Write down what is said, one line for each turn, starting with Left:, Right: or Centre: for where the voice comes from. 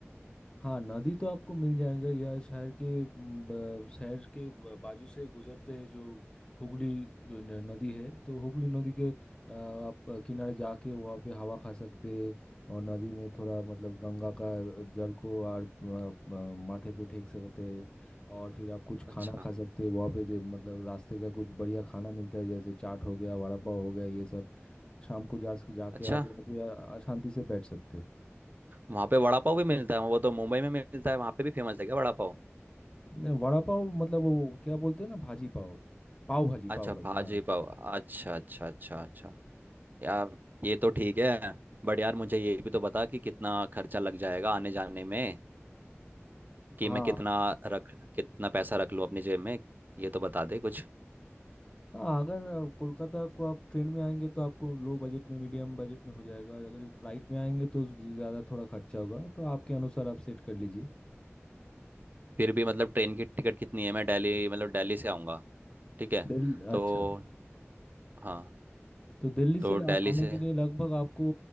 Left: हाँ नदी तो आपको मिल जाएगा या शहर के म, ब- शहर के ब- बाजू से गुजरते हैं जो हुगली न- नदी है तो हुगली नदी के अ, आप अ, किनारे जाके वहाँ पे हवा खा सकते हैं और नदी में थोड़ा मतलब गंगा का अ, जल को और अ, अ, माथे पे फेंक सकते हैं और फिर आप कुछ खाना
Right: अच्छा
Left: खा सकते हैं वहाँ पे जो मतलब रास्ते का कुछ बढ़िया खाना मिलता है जैसे चाट हो गया वड़ा पाव हो गया ये सब शाम को जा जाके
Right: अच्छा
Left: आप वहाँ पे अ, शांति से बैठ सकते हैं
Right: वहाँ पे वड़ा पाव भी मिलता है वो तो मुंबई में मिलता है वहाँ पे भी फेमस है क्या वड़ा पाव
Left: नहीं वड़ा पाव मतलब वो क्या बोलते हैं ना भाजी पाव पाव भाजी
Right: अच्छा
Left: पाव भाजी
Right: भाजी
Left: हाँ
Right: पाव अच्छा अच्छा अच्छा अच्छा यार ये तो ठीक है बट यार मुझे ये भी तो बता कि कितना खर्चा लग जाएगा आने जाने में
Left: हाँ
Right: कि मैं कितना रख कितना पैसा रख लूँ अपनी जेब में ये तो बता दे कुछ
Left: हाँ अगर अ, कोलकाता को आप ट्रेन में आएंगे तो आपको लो बजट में मीडियम बजट में हो जाएगा और अगर फ्लाइट में आएंगे तो ज़्यादा थोड़ा खर्चा होगा तो आपके अनुसार आप सेट कर लीजिए
Right: फिर भी मतलब ट्रेन की टिकट कितनी है मैं दिल्ली मतलब दिल्ली से आऊँगा ठीक है
Left: दिल
Right: तो
Left: अच्छा
Right: हाँ
Left: तो दिल्ली से
Right: तो
Left: ला-
Right: दिल्ली
Left: आने
Right: से
Left: के लिए लगभग आपको